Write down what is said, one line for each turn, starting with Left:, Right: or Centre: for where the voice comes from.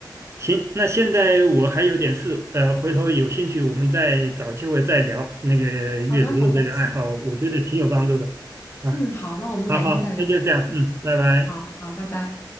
Right: 行，那现在我还有点事，呃，回头有兴趣我们再找机会再聊那个阅读的这个爱好，
Left: 好的，好的，行。
Right: 我觉得挺有帮助的。啊，
Left: 嗯，好，那我们改天再聊。
Right: 好好，那就这样，嗯，拜拜。
Left: 好好，拜拜。